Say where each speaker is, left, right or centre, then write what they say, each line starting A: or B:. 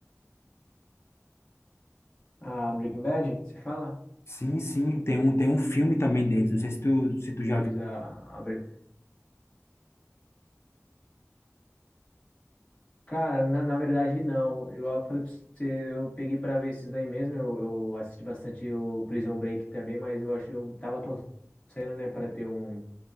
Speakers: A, on the left; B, on the left.
A: A Breaking Bad, você fala?
B: Sim, sim, tem um tem um filme também deles. Não sei se tu se tu já
A: Você
B: viu.
A: diz a, a Breaking Cara, na, na verdade não. Igual eu falei pra você, eu peguei pra ver esses daí mesmo. Eu, eu assisti bastante o Prison Break também, mas eu acho eu tava torcendo, né, pra ter um,